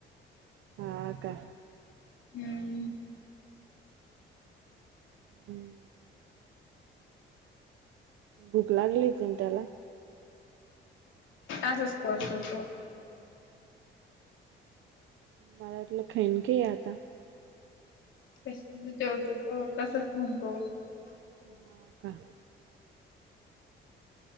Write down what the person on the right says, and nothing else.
हा का
हम्म भूक लागलीच त्याला?
मला वाटलं खाईन काइ आता
हा का.